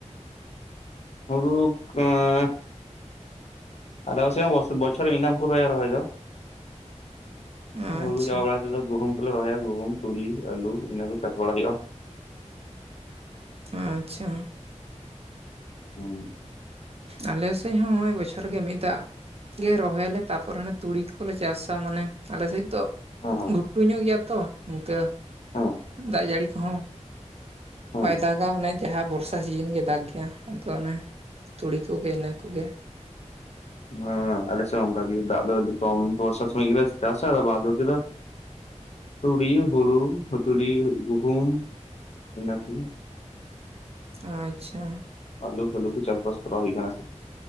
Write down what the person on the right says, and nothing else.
ᱟᱪᱪᱷᱟ
ᱟᱪᱪᱷᱟ ᱾
ᱟᱞᱮ ᱥᱮᱫ ᱦᱚᱸ ᱱᱚᱜᱼᱚᱭ ᱵᱚᱪᱷᱚᱨ ᱨᱮ ᱢᱤᱫ ᱫᱟᱜ ᱜᱮ ᱨᱚᱦᱚᱭᱟᱞᱮ ᱛᱟᱨᱯᱚᱨ ᱟᱱᱮ ᱛᱩᱲᱤ ᱠᱚᱞᱮ ᱪᱟᱥᱟ ᱢᱟᱱᱮ ᱟᱞᱮᱥᱮᱫ ᱫᱚ
ᱜᱷᱩᱴᱩ ᱧᱚᱜ ᱜᱮᱭᱟ ᱛᱚ ᱤᱱᱠᱟᱹ
ᱫᱟᱜ ᱡᱟᱹᱲᱤ ᱠᱚᱦᱚᱸ
ᱵᱟᱭ ᱫᱟᱜᱟ ᱚᱱᱮ ᱡᱟᱦᱟᱸ ᱵᱚᱨᱥᱟ ᱥᱤᱡᱤᱱ ᱜᱮ ᱫᱟᱜᱽ ᱜᱮᱭᱟ ᱟᱫᱚ ᱚᱱᱮ ᱛᱩᱲᱤ ᱠᱚᱜᱮ ᱤᱱᱟᱹᱠᱜᱮ᱾
ᱟᱪᱪᱷᱟ